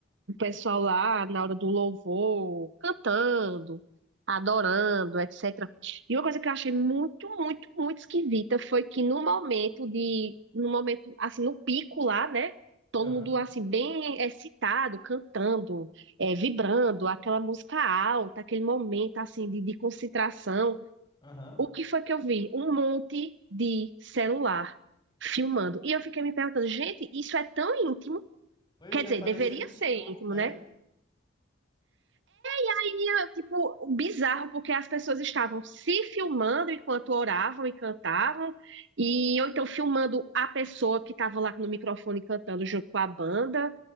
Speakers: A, on the right; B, on the left.
A: o pessoal lá na hora do louvor, cantando, adorando, etc. E uma coisa que eu achei muito, muito, muito esquisita foi que no momento de, no momento, assim, no pico lá, né? Todo
B: Aham,
A: mundo, assim, bem excitado, cantando, eh, vibrando, aquela música alta, aquele momento, assim, de, de concentração.
B: aham.
A: O que foi que eu vi? Um monte de celular filmando. E eu fiquei me perguntando, gente, isso é tão íntimo?
B: Pois
A: Quer
B: é,
A: dizer,
B: parecendo
A: deveria
B: um
A: ser
B: show,
A: íntimo,
B: né?
A: né? E, tipo, bizarro, porque as pessoas estavam se filmando enquanto oravam e cantavam, e ou então filmando a pessoa que estava lá no microfone cantando junto com a banda.